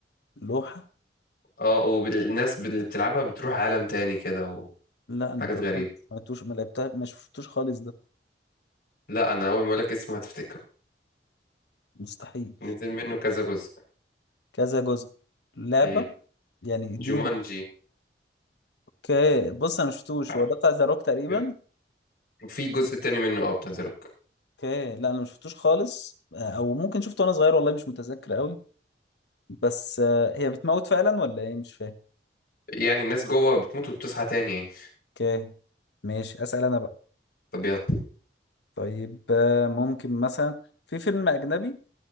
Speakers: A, on the left; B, on the left.
A: لوحة؟
B: اه والناس اللي بتلعبها بتروح عالم تاني كده
A: لا أنا
B: وحاجات
A: تقريبا
B: غريبة
A: ما سمعتوش ما لعبتها ما شفتوش خالص ده
B: لا أنا أول ما أقولك اسمه هتفتكره
A: مستحيل
B: نزل منه كذا جزء
A: كذا جزء لعبة
B: مم.
A: يعني اديني
B: جومانجي
A: اوكي بص انا مشفتوش
B: عارف
A: هو ده بتاع ذا روك تقريبا
B: بجد؟ وفي جزء تاني منه اه بتنزله
A: اوكي لا انا مشفتوش خالص او ممكن شفته وانا صغير والله مش متذكر قوي بس آه، هي بتموت فعلا ولا ايه مش فاهم
B: يعني الناس جوه بتموت وبتصحى تاني يعني
A: اوكي ماشي اسال انا بقى
B: طبيعة
A: طيب آه، ممكن مثلا في فيلم اجنبي